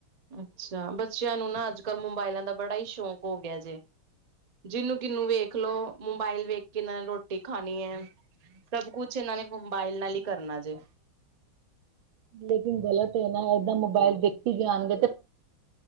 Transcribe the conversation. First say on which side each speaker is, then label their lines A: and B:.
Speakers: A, on the right; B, on the right.
A: ਅੱਛਾ ਬੱਚਿਆਂ ਨੂੰ ਨਾ ਅੱਜ ਕੱਲ੍ਹ ਮੋਬਾਇਲਾਂ ਦਾ ਬੜਾ ਹੀ ਸ਼ੌਂਕ ਹੋ ਗਿਆ ਜੇ। ਜਿਹਨੂੰ ਕਿਨੂੰ ਵੇਖ ਲੋ ਮੋਬਾਇਲ ਵੇਖ ਕੇ ਇਹਨਾਂ ਨੇ ਰੋਟੀ ਖਾਣੀ ਹੈ। ਸਭ ਕੁਛ ਇਹਨਾਂ ਨੇ ਮੋਬਾਇਲ ਨਾਲ ਹੀ ਕਰਨਾ ਜੇ-
B: ਲੇਕਿਨ ਗ਼ਲਤ ਹੈ ਨਾ ਏਦਾਂ ਮੋਬਾਇਲ ਦੇਖੀ ਵੀ ਆਂਦੇ